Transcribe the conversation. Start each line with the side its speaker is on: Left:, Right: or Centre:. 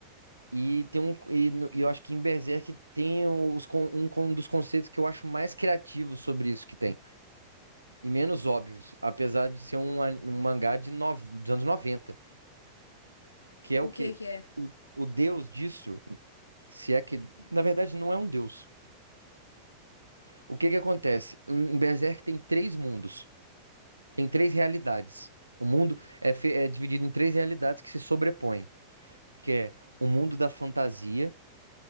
Right: E tem um, e, no- e eu acho que em Berserk tem os, con- um, con- dos conceitos que eu acho mais criativos sobre isso que tem. e menos óbvios, apesar de ser um, a- um mangá de nove- dos anos noventa que é
Left: O
Right: o quê?
Left: que que é?
Right: O, o deus disso, se é que, na verdade, não é um deus. O que que acontece? Em em Berserk tem três mundos, tem três realidades. O mundo é, fe- é dividido em três realidades que se sobrepõem, que é o mundo da fantasia,